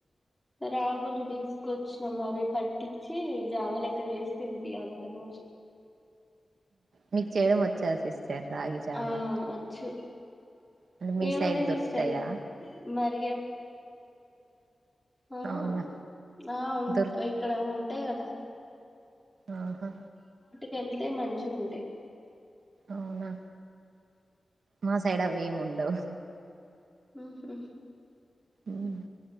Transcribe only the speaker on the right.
మీకు చేయడం వచ్చా సిస్టర్ రాగి జావా.
అంటే మీ
సైడ్
దొరుకుతాయా
అవునా
దొరుకు
ఆహా.
అవునా మా సైడ్ అవి ఏమి ఉండవు.
ఉమ్.